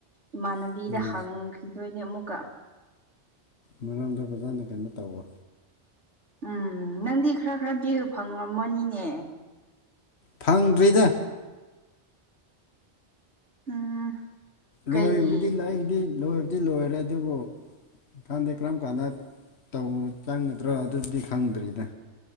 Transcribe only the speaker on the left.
ꯎꯝ
ꯃꯔꯝꯗ ꯕꯖꯥꯔꯅ ꯀꯩꯅꯣ ꯇꯧꯋ
ꯐꯪꯗ꯭ꯔꯤꯗ
ꯂꯣꯏꯕꯨꯗꯤ ꯑꯩꯕꯨꯗꯤ ꯂꯣꯏꯕꯗꯤ ꯂꯣꯏꯔꯦ ꯑꯗꯨꯕꯨ ꯈꯪꯗꯦ ꯀꯔꯝ ꯀꯥꯟꯗ ꯇꯧ ꯆꯪꯒꯗ꯭ꯔꯣ ꯑꯗꯨꯗꯤ ꯈꯪꯗ꯭ꯔꯤꯗ